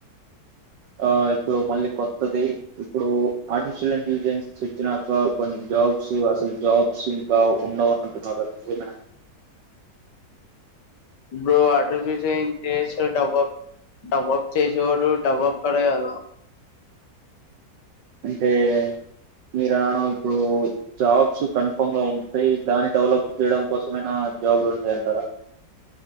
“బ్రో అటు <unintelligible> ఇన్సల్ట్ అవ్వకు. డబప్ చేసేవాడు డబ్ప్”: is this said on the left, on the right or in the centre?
Left